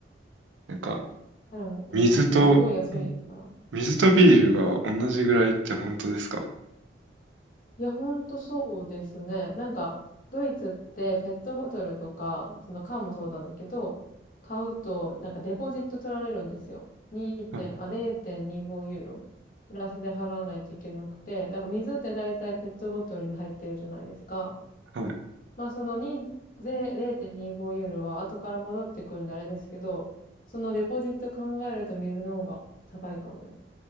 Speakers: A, on the right; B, on the left.
A: なんか、
B: でも、うんうん。
A: 水と、
B: すごい安いから。
A: 水とビールが同じぐらいって本当ですか
B: うん。いや、ほんとそうですね。なんか、ドイツってペットボトルとか、その缶もそうなんだけど、買うと、なんかデポジット取られるんですよ。2点、
A: は
B: あ、0.25ユーロ。プラスで払わないといけなくて、なんか水って大体ペットボトルに入ってるじゃないですか。
A: いはい。
B: まあその2、ぜ0.25ユーロは後から戻ってくるんであれですけど、そのデポジット考えると水の方が高いかもです。